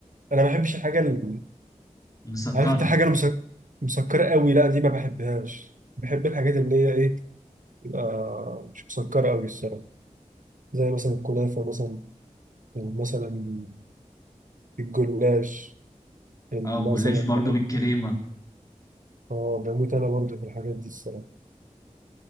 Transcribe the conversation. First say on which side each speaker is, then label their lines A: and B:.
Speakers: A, on the right (about 80°); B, on the left (about 25°).
A: أنا ما بحبش الحاجة اللي
B: مسكرة
A: عارف أنت الحاجة المسك... مسكرة قوي لا دي ما بحبهاش بحب الحاجات اللي هي إيه تبقى مش مسكرة قوي الصراحة زي مثلا الكنافة مثلا مثلا الجلاش مثلا
B: اه جلاش برضو
A: بحب
B: بالكريمة
A: اه بموت أنا برضو في الحاجات دي الصراحة